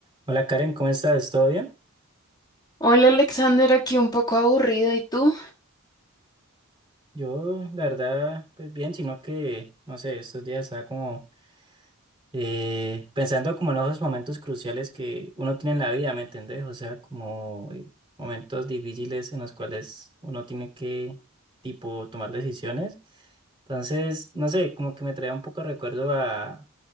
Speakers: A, on the right; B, on the left.
A: Hola Karen, ¿cómo estás? ¿Todo bien?
B: Hola Alexander, aquí un poco aburrido. ¿Y tú?
A: Yo, la verdad, pues bien, sino que, no sé, estos días estaba como eh, pensando como en los momentos cruciales que uno tiene en la vida, ¿me entendés? O sea, como eh, momentos difíciles en los cuales uno tiene que, tipo, tomar decisiones. Entonces, no sé, como que me trae un poco de recuerdo a,